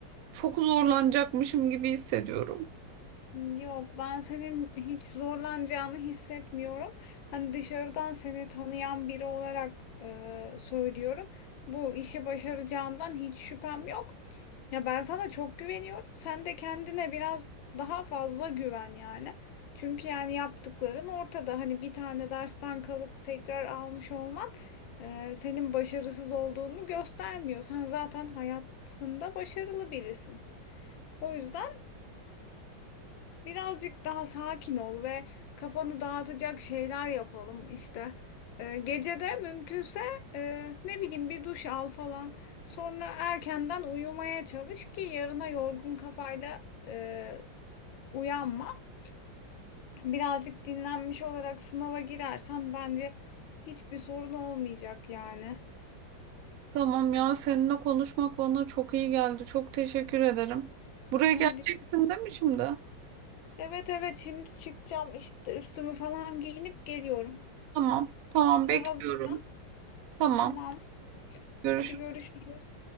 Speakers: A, on the right (about 85°); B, on the left (about 75°).
A: çok zorlanacakmışım gibi hissediyorum.
B: Yok, ben senin hiç zorlanacağını hissetmiyorum. Hani dışarıdan seni tanıyan biri olarak e, söylüyorum. Bu işi başaracağından hiç şüphem yok. Ya ben sana çok güveniyorum. Sen de kendine biraz daha fazla güven yani. Çünkü yani yaptıkların ortada. Hani bir tane dersten kalıp tekrar almış olman e, senin başarısız olduğunu göstermiyor. Sen zaten hayatında başarılı birisin. O yüzden. Birazcık daha sakin ol ve kafanı dağıtacak şeyler yapalım işte. Ee, gece de mümkünse e, ne bileyim bir duş al falan. Sonra erkenden uyumaya çalış ki yarına yorgun kafayla e, uyanma. Birazcık dinlenmiş olarak sınava girersen bence hiçbir sorun olmayacak yani.
A: Tamam ya seninle konuşmak bana çok iyi geldi. Çok teşekkür ederim. Buraya geleceksin
B: Haydi.
A: değil mi şimdi?
B: Evet evet şimdi çıkacağım işte üstümü falan giyinip geliyorum.
A: Tamam, tamam bekliyorum.
B: Hazırlan.
A: Tamam,
B: Tamam.
A: görüşürüz.
B: Hadi görüşürüz.